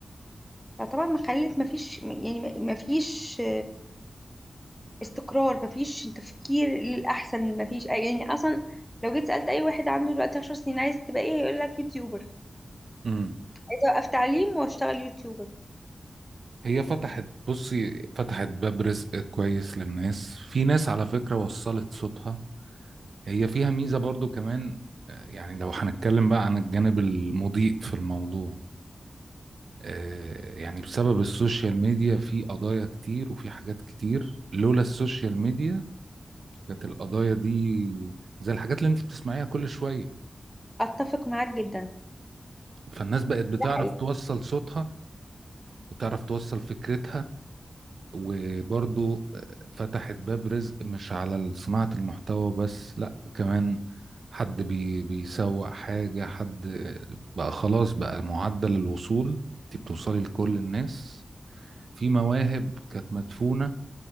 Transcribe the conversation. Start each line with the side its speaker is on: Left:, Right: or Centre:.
Centre: فطبعا ما خلت ما فيش يعني ما فيش استقرار مفيش تفكير للأحسن مفيش أي يعني أصلا لو جيت سألت أي واحد عنده دلوقتي عشر سنين عايز تبقى إيه هيقول لك يوتيوبر
Right: امم
Centre: عايز أوقف تعليم وأشتغل يوتيوبر
Right: هي فتحت بصي فتحت باب رزق كويس للناس في ناس على فكرة وصلت صوتها هي فيها ميزة برضو كمان آه، يعني لو هنتكلم بقى عن الجانب المضيء في الموضوع آه، يعني بسبب السوشيال ميديا في قضايا كتير وفي حاجات كتير لولا السوشيال ميديا كانت القضايا دي زي الحاجات اللي انت بتسمعيها كل شوية
Centre: أتفق معاك جدا
Right: فالناس بقت بتعرف
Centre: ده حقيقي
Right: توصل صوتها وتعرف توصل فكرتها وبرضو آه، فتحت باب رزق مش على صناعة المحتوى بس لا كمان حد بي بيسوق حاجة حد آه، بقى خلاص بقى معدل الوصول انت بتوصلي لكل الناس في مواهب كانت مدفونة